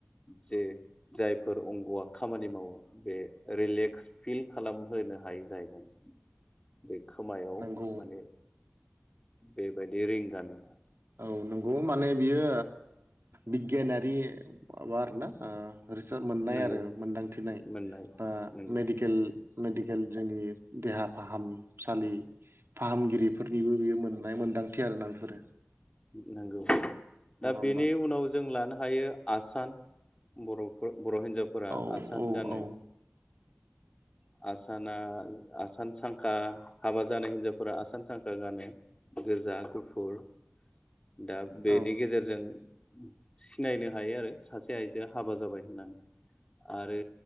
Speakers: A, on the left; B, on the right.
A: जे जायफोर अंगआ खामानि मावो बे रिलेक्स फिल खालामहोनो हाय जाहैदों बे खोमायाव
B: नंगौ
A: माने बेबायदि रिं गानोबा
B: औ नंगौ माने बियो बिगियानारि बार ना आ रिसोल मोननाय
A: नंगौ
B: आरो मोनदांथिनाय
A: मोननाय
B: बा
A: नंगौ
B: मेडिकेल मेडिकेल जोंनि देहा फाहामसालि फाहामगिरिफोरनिबो बेयो मोननाय मोन्दांथि आरोना बेफोरो।
A: नंगौ।
B: नङा
A: दा
B: होमबा
A: बेनि उनाव जों लानो ओमफायो आसान बरफोर बर हिन्जावफोरा
B: औ
A: आसान
B: औ
A: गानो।
B: औ
A: आसाना आसान सांखा हाबा जानाय हिनजावफोरा आसान सांखा गानो गोजा गुफ फुर दा बेनि
B: औ
A: गेजेरजों सिनायनो हायो आरो। सासे आइजोआ हाबा जाबाय होननानै। आरो